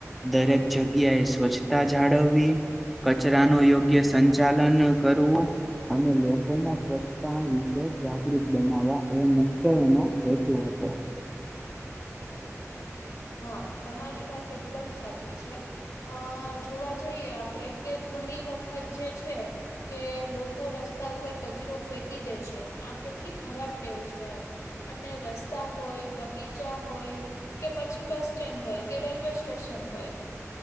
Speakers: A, in the centre; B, on the left (about 80°).
A: દરેક જગ્યાએ સ્વચ્છતા જાળવવી. કચરાનો યોગ્ય સંચાલન કરવું. અને લોકોમાં સ્વચ્છતા વિશે જાગૃત બનાવવા. એ મુખ્ય એનો, હેતુ હતો.
B: હા, તમારી વાત એકદમ સાચી છે. અ જોવા જઈએ આપણેે કે ઘણી વખત જે છે. કે લોકો રસ્તા ઉપર કચરો ફેંકી દે છે આ કેટલી ખરાબ ટેવ છે. એમ અને રસ્તા હોય બગીચા હોય. કે પછી બસ સ્ટેન્ડ હોય કે રેલવે સ્ટેશન હોય.